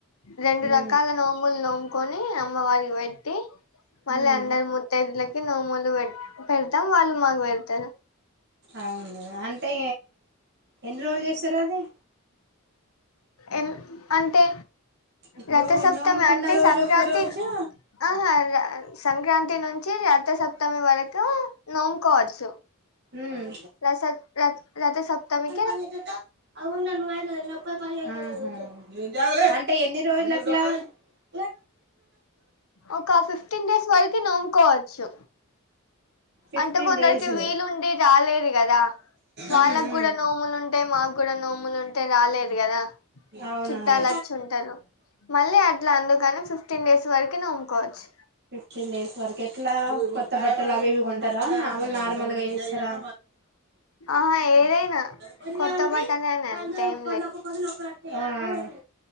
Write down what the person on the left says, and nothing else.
రెండు
రకాల నోములు నోములు కొని అమ్మవారికి పెట్టి మళ్ళీ
అందరు ముతైదులకి మేము నోములు పె పెడతాం వాళ్ళు మాకు పెడతారు
ఎం అంటే
రథసప్తమి
అంటే
సంక్రాంతి
ఆహ సంక్రాంతి నుంచి రథ సప్తమి వరక్ తోనోముకోవచ్చు
రసత్ రథ రథసప్తమీ
ఒక ఫిఫ్టీన్ డేస్ వరకు నోముకోవచ్చు
అంటే కొందరికి
వీలుండి రాలేదు కదా వాళ్ళకి
కూడా నోములు న్ అంటే మాకు కూడా నోములు ఉంటే రాలేదు కదా
చుట్టాలు
వచ్చి ఉంటారు మళ్ళీ అట్లా అందుకని ఫిఫ్టీన్ డేస్ వరక్ ఊరికనే అమ్ముకోవచ్చు
ఆహా ఏదైనా
కొత్త బట్టలే అని
అంతేం